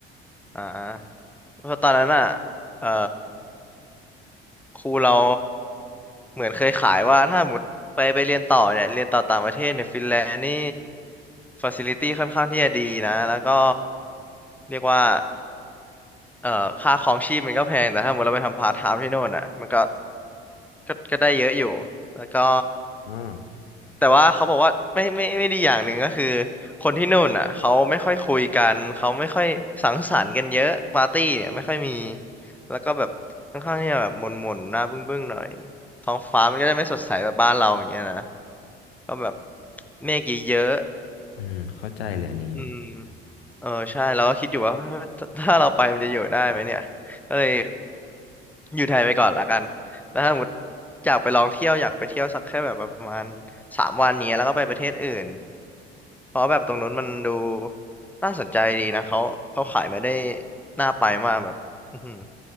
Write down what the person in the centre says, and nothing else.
อ่าเพราะตอนนั้นอ่ะเอ่อครูเราเหมือนเคยขายว่าถ้าหมดไปไปเรียนต่อเนี่ยเรียนต่อต่างประเทศเนี่ยฟินแลนด์นี่ฟาซิลิตี้ค่อนข้างที่จะดีนะแล้วก็เรียกว่า เอ่อค่าครองชีพมันก็แพงแต่ถ้าสมมติเราไปทำพาร์ทไทม์ที่โน่นอ่ะมันก็ก็ก็ได้เยอะอยู่แล้วก็
แต่ว่าเขาบอกว่าไม่ไม่ไม่ดีอย่างหนึ่งก็คือคนที่นู่นอ่ะเขาไม่ค่อยคุยกันเขาไม่ค่อยสังสรรค์กันเยอะปาร์ตี้เนี่ยไม่ค่อยมีแล้วก็แบบค่อนข้างที่จะแบบหม่นๆหน้าบึ้งๆหน่อยท้องฟ้ามันก็จะไม่สดใสแบบบ้านเราอย่างเงี้ยนะก็แบบเมฆเยอะ
ๆอืม เออใช่เราก็คิดอยู่ว่า <laughs> ถ้าถ้าเราไปมันจะอยู่ได้ไหมเนี่ยก็เลยอยู่ไทยไปก่อนละกันแล้วถ้าสมมติอยากไปลองเที่ยวอยากไปเที่ยวสักแค่แบบประมาณสามวันเนี้ยแล้วก็ไปประเทศอื่นเพราะแบบตรงนู้นมันดูน่าสนใจดีนะเขาเขาขายมาได้น่าไปมากแบบอือหือ